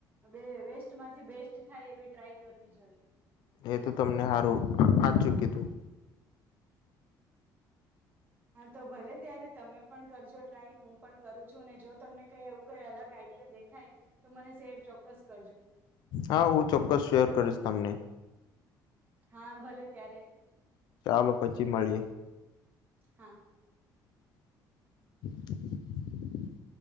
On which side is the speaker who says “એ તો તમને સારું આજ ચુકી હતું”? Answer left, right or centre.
Left